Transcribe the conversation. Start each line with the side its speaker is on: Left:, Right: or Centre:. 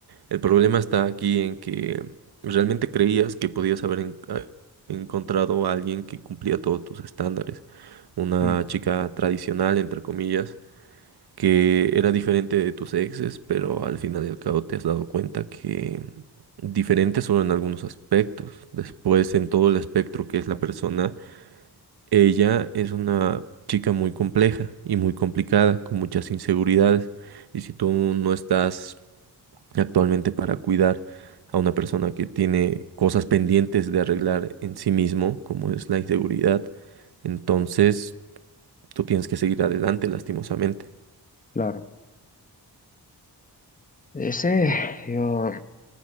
Right: El problema está aquí en que realmente creías que podías haber en- a- encontrado a alguien que cumplía todos tus estándares, una
Left: mm,
Right: chica tradicional, entre comillas, que era diferente de tus exes, pero al final y al cabo te has dado cuenta que diferente solo en algunos aspectos. Después, en todo el espectro que es la persona, ella es una chica muy compleja y muy complicada, con muchas inseguridades. Y si tú no estás actualmente para cuidar a una persona que tiene cosas pendientes de arreglar en sí mismo, como es la inseguridad. Entonces, tú tienes que seguir adelante, lastimosamente.
Left: claro. Eh, sí, yo